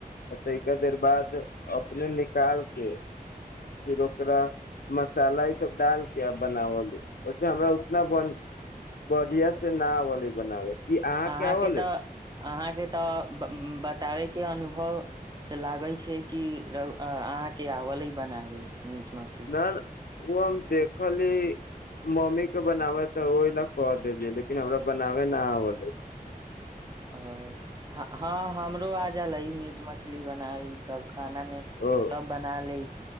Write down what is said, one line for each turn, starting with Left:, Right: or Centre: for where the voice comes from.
Left: आ ताहिके देर बाद अपने निकाल के फिर ओकरा मसाला ई सब डाल के आ बनावली ओहिसे हमरा उतना बढ़िया से न आवले बनाबे की अहाँ
Right: अहाँके
Left: क्य बोलै
Right: तऽ अहाँके तऽ बताबैके अनुभव से लागै छै कि र अहाँके आवलइ बनाबे मीट मछली
Left: न ओ हम देखली मम्मीके बनाबै तऽ ओहि लए कऽ देलियै लेकिन हमरा बनाबै नहि आबलै
Right: आओर हँ हमरो आजल मीट मछली बनाय ई सब खाना में
Left: ओ
Right: सब बना ले